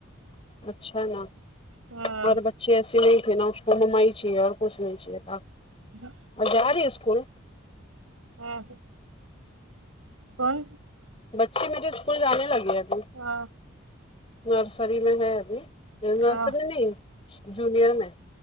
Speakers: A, on the left; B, on the right.
A: اچھا نا
B: ہاں
A: اور بچے ایسے نہیں تھے نا توم ہی چیے اور کچھ نہیں چاہیے تھا
B: ہ <unintelligible>
A: اور جا رہی ہے اسکول
B: ہاں کون
A: بچے میرے اسکول جانے لگے ابھی
B: ہاں
A: نرسری میں ہے ابھی نرسری
B: ہاں
A: نہیں جونیئر میں